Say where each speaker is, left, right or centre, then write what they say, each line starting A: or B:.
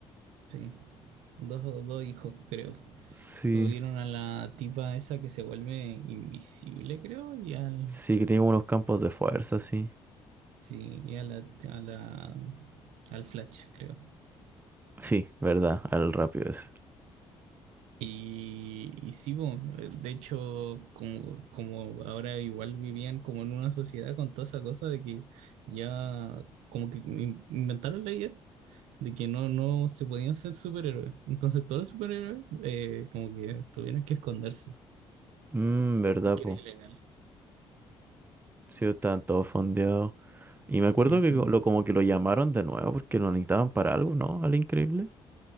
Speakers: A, on the right; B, on the right.
A: Sí. Dos, dos hijos, creo.
B: Sí,
A: Tuvieron a la tipa esa que se vuelve invisible, creo, y al.
B: sí, que tienen unos campos de fuerza, sí.
A: Sí, y a la, a la- al Flash, creo.
B: Sí, verdad, al rápido ese.
A: Y, y sí, bo, de hecho, como, como ahora igual vivían como en una sociedad con toda esa cosa de que ya como que in- inventaron la idea de que no, no se podían ser superhéroes. Entonces todos los superhéroes eh, como que tuvieron que esconderse
B: Mmm, verdad,
A: porque
B: po.
A: era ilegal.
B: Sí, estaban todos fondeados. Y me acuerdo
A: Ujú.
B: que co- lo, como que lo llamaron de nuevo porque lo necesitaban para algo, ¿no? Al increíble.